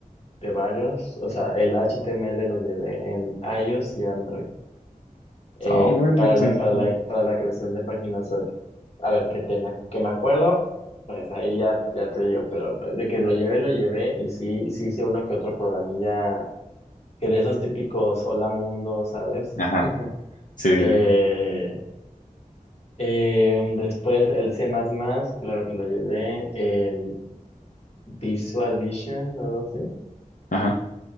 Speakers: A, on the left; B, on the left.
A: de varios, o sea, el HTML lo llevé en iOS y Android, eh,
B: Ah, bueno,
A: para
B: pues,
A: la,
B: sí,
A: para la,
B: sí.
A: para la creación de páginas web. A ver, qué tema, que me acuerdo, pues ahí ya, ya te digo, pero de que lo llevé, lo llevé, y sí, y sí hice uno que otro programilla, que de esos típicos hola mundo, ¿sabes?
B: Ajá,
A: <laughs>
B: sí, sí,
A: Eh,
B: sí.
A: Eh, después el C++, claro que lo llevé, el Visual Vision o algo así.
B: ajá,